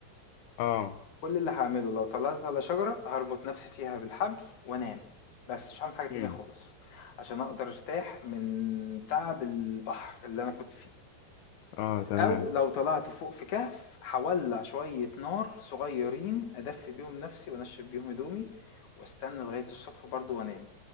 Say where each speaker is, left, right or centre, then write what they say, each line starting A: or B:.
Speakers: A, on the left (about 75°); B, on the left (about 55°).
A: اه
B: كل اللي هعمله لو طلعت على شجره هربط نفسي فيها بالحبل وانام بس مش هعمل حاجه تانية
A: امم
B: خالص عشان اقدر ارتاح من تعب البحر اللي انا كنت فيه
A: اه تمام
B: أو لو طلعت فوق في كهف هاولّع شوية نار صغيّرين أدفّي بيهم نَفْسي وأنشّف بيهم هدومي وأستنى لغاية الصبح برضه وأنام.